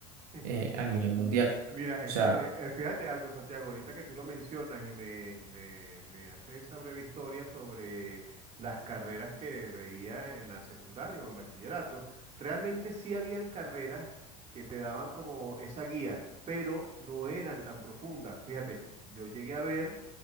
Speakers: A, on the right; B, on the right.
A: <laughs>
B: eh, a nivel mundial.
A: mira, es
B: O sea,
A: que, eh, eh, fíjate algo, Santiago, ahorita que tú lo mencionas y me, me, me haces esa breve historia sobre las carreras que veía en la secundaria o en bachillerato, realmente sí habían carreras que te daban como esa guía, pero no eran tan profundas. Fíjate, yo llegué a ver